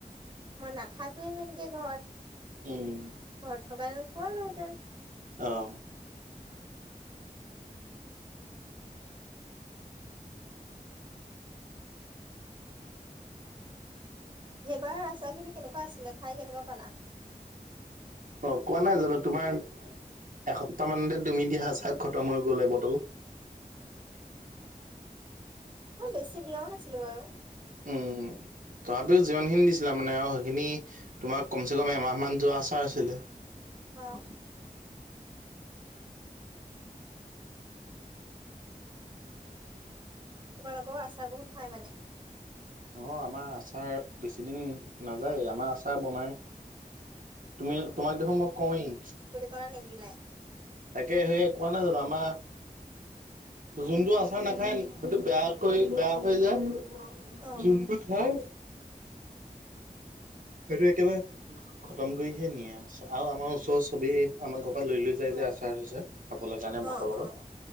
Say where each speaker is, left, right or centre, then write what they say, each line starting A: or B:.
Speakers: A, on the right; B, on the right.
A: মই নাখাকে সেনেকে ঘৰত
B: উম।
A: ঘৰত থকা খোৱালা হেতেন।
B: অ'।
A: সেইবাৰ ৰাস্তা খিনি কেনেকুৱা আছিলে খাই কেনেকুৱা পালা।
B: অ, কোৱা নাই জানো তোমাৰ এস তাৰমানানে তুমি দা সচাক ঘটম হৈ গলে বটল
A: মই বেছি বিয়াও নাছিলো বাৰু।
B: উম। তথাপিও যিমানখিনি দিছিলা মানে আৰু সেইখিনি তোমাক কমচে কম এমাহ মমান যোৱা আচাৰ আছিলে।
A: অ'। তোমালোকেও আচাৰ বহুত খায় মানে।
B: অ, আমাৰ আচাৰ বেছিদিন নাযায় আমাৰ আচাৰ বনাই। তুমি, তোমাক দেখোন মই কওঁৱেই।
A: ক নেদিলে।
B: তাকে সয়ে কোৱা নাই জানো আমাৰ যোনটো আচাৰ নাখায় সেইটো বেয়াকৈ বেয়া হৈ যায়
A: অ
B: যোনটো খাই। সেইটো একেবাৰে খতম কৰিহে নিয়ে আৰু, আৰু আমাৰ ওচৰৰ চবেই আমাৰ ঘৰ পৰা লৈ, লৈ যাই
A: অ
B: যে আচাৰ, চাচাৰ খাবলৈ কাৰণে
A: অ
B: ভাতৰ লগত
A: অ